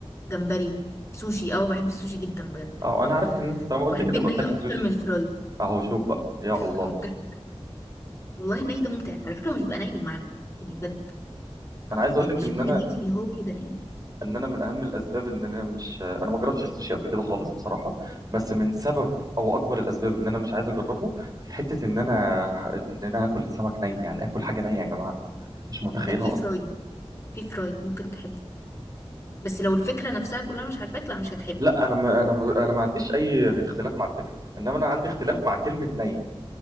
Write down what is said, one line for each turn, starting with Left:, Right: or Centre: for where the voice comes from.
Left: جمبري سوشي اه بحب السوشي جدا بجد
Right: اه انا عرفت ان انت طالما قلت
Left: واحب
Right: كده
Left: الني
Right: يبقى بتاكلي
Left: اكتر
Right: سوشي
Left: من الفرايد
Right: اهو شوف بقى يا الله
Left: <laughs> بجد والله الني ده ممتع على فكره هو مش بيبقى ني بالمعنى يعني بجد
Right: انا عايز اقول
Left: يعني
Right: لك
Left: مش
Right: ان
Left: بيبقى
Right: انا
Left: ني اللي هو كده يعني
Right: ان انا من اهم الاسباب ان انا مش انا ما جربتش السوشي قبل كده خالص بصراحه بس من سبب او اكبر الاسباب ان انا مش عايز اجربه حته ان انا ح- ان انا هاكل سمك ني يعني اكل حاجه نيه يا جماعه مش متخيلها
Left: لا في فرايد
Right: اصلا
Left: في فرايد ممكن تحب بس لو الفكرة نفسها كلها مش عاجباك لا مش هتحبه
Right: لا انا ما انا انا ما عنديش اي اختلاف مع الفكره انما انا عندي اختلاف مع كلمه ني